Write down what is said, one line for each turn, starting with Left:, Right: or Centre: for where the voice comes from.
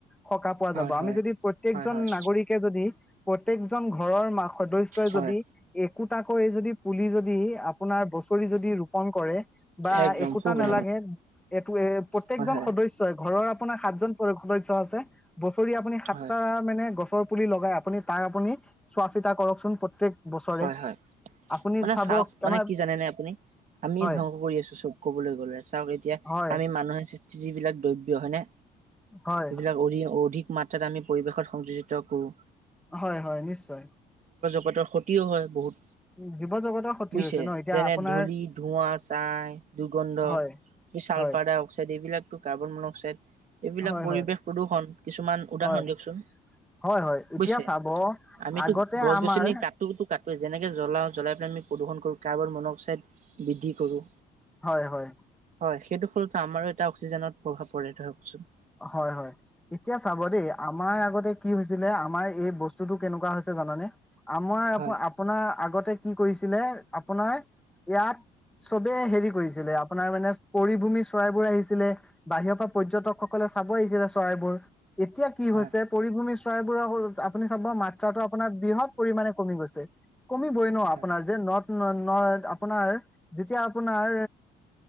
Centre: সকাহ পোৱা
Right: হয়
Centre: যাব
Right: হয়
Centre: আমি যদি প্ৰত্যেকজন
Right: হয় হয়
Centre: নাগৰিকে যদি প্ৰত্যেকজন ঘৰৰ মা সদস্য়ই
Right: হয়
Centre: যদি এই কুটাকৈ যদি পুলি যদি আপোনাৰ বছৰি যদি ৰোপণ কৰে বা
Right: একদম
Centre: একোটা
Right: খুব ভাল।
Centre: নালাগে এইটো এ প্ৰত্যেকজন
Right: হয় হয়
Centre: সদস্যই ঘৰৰ আপোনাৰ সাতজন সদস্য চে বছৰি আপুনি সাতটা
Right: হয়।
Centre: মানে গছ ৰ পুলি লগাই আপুনি তাক আপুনি চোৱা চিতা কৰকচোন প্ৰত্যেক বছৰে
Right: হয় হয়
Centre: আপুনি
Right: মানে
Centre: চাব
Right: চাওক মানে
Centre: আমাৰ
Right: কি জানে নে আপুনি আমি
Centre: হয়
Right: ধ্বংস কৰি আছো চব কবলৈ গলে চাওক এতিয়া
Centre: হয়
Right: আমি মানুহে যিবিলাক দ্ৰব্য হয় নে
Centre: হয়
Right: এইবিলাক অধ-অধিক মাত্ৰাত আমি পৰিৱেশত সংযোজিত কৰোঁ।
Centre: হয়, হয়, নিশ্চয়।
Right: প্ৰদৰ্শত তি হয় বহুত।
Centre: জীৱ জগতৰ ক্ষতি
Right: বুজছে
Centre: হৈছে ন এতিয়া
Right: যেনে
Centre: আপোনাৰ
Right: ধূলি, ধোঁৱা, ছাই, দুৰ্গন্ধ,
Centre: হয়
Right: ছালফাৰ
Centre: হয়
Right: ডাই অক্সাইড এইবিলাক টো কাৰ্বন মনক্সাইড এইবিলাক
Centre: হয়
Right: পৰিৱেশ
Centre: হয়
Right: প্ৰদূৰ্ষণ কিছুমান উদাহৰণ
Centre: হয়
Right: দিয়কচোন,
Centre: হয় হয় এতিয়া
Right: বুজিছে
Centre: চাব
Right: আমিতো
Centre: আগতে
Right: গছ-গছনি
Centre: আমাৰ
Right: কাট কা যেনেকে জ্বলা জ্বলাই পেলাই আম প্ৰদূষণ কৰো কাৰ্বাৰ মনক্সাইড বৃদ্ধি কৰোঁ।
Centre: হয় হয়
Right: হয়, সেইটো ফলত আমাৰো এটা অক্সিজেনত প্ৰভাৱ পৰে ধৰকচোন।
Centre: হয়, হয় এতিয়া চাব দেই আমাৰ আগতে কি হৈছিলে আমাৰ এই বস্তুটো কেনেকুৱা হৈছে জানানে? আমাৰ
Right: হয়
Centre: আপ-আপোনাৰ আগতে কি কৰিছিলে আপোনাৰ ইয়াত চবে হেৰি কৰিছিলে আপোনাৰ মানে পৰিভূমি চৰাইবোৰ আহিছিলে বাহিৰৰ পৰা পৰ্যটক ক'লে চাব আহিছিলে চৰাইবোৰ। এতিয়া কি
Right: হয়
Centre: হৈছে পৰিভূমি ৰাইবোৰ হ'ল আপুনি চাব মা ত্ৰ্টো আপোনাৰ বৃহৎ পৰিমাণে কমি গৈছে। কমিবই ন'
Right: হয়।
Centre: আপোনাৰ যে নথ ন' আপোনাৰ যেতিয়া আপোনাৰ